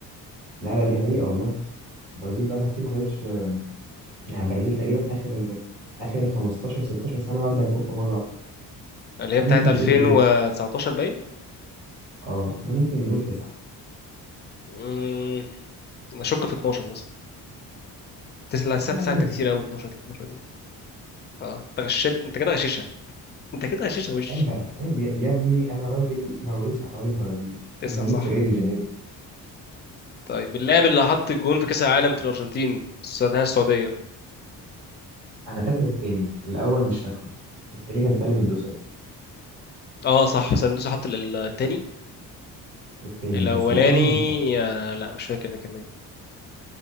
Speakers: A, on the right; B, on the left.
A: لا لا دي حقيقه والله البرازيل بقى لها كتير ما خدتش يعني البرازيل تقريبا اخر اخر 15 16 سنه واخده الكوبا مره واحده
B: اللي
A: احنا
B: هي بتاعت
A: ممكن
B: 2019
A: نقول ايه
B: باين
A: اه احنا ممكن نقول تسعه
B: امم انا اشك في 12 مثلا تسعة الساعة
A: لا
B: 9
A: ممكن
B: ده كتير قوي 12 دي 12 دي اه انت غشيت انت كده غشيشها انت كده غشيشها وش
A: عيب بقى عيب يا يا ابني انا راجل مولود في حواري البرازيل
B: تسعة
A: انا مولود
B: صح
A: في ريو دي جانيرو
B: طيب اللاعب اللي حط الجون في كأس العالم في الأرجنتين السعودية السعودية
A: انا فاكر التاني الاول مش فاكره التاني كان سالم الدوسري
B: اه صح سالم دوسري حط ال- التاني
A: التاني
B: الأولاني
A: بس الاول مش فاكره
B: آه لا مش فاكر أنا كمان